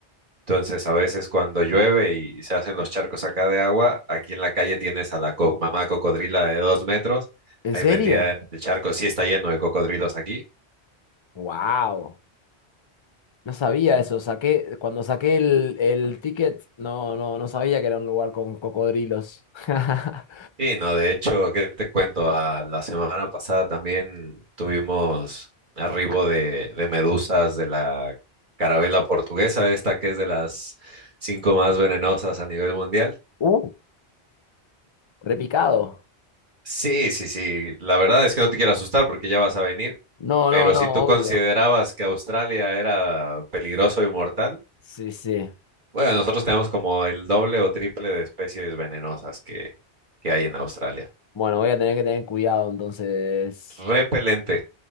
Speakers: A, on the right; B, on the left.
A: entonces a veces cuando llueve y se hacen los charcos acá de agua, aquí en la calle tienes a la co- mamá cocodrila de dos metros,
B: ¿en
A: ahí
B: serio?
A: metida en el charco. Sí, está lleno de cocodrilos aquí.
B: Wow, no sabía eso. Saqué, cuando saqué el, el ticket, no, no, no sabía que era un lugar con cocodrilos. <laughs>
A: Sí, no, de hecho, ¿qué te cuento? A- la semana pasada también tuvimos arribo de, de medusas de la carabela portuguesa, esta que es de las cinco más venenosas a nivel mundial.
B: Uh, repicado.
A: Sí, sí, sí. La verdad es que no te quiero asustar porque ya vas a venir,
B: No,
A: pero
B: no, no,
A: si tú considerabas
B: obvio.
A: que Australia era peligroso y mortal,
B: Sí, sí.
A: bueno, nosotros tenemos como el doble o triple de especies venenosas que, que hay en Australia.
B: Bueno, voy a tener que tener cuidado entonces.
A: Repelente,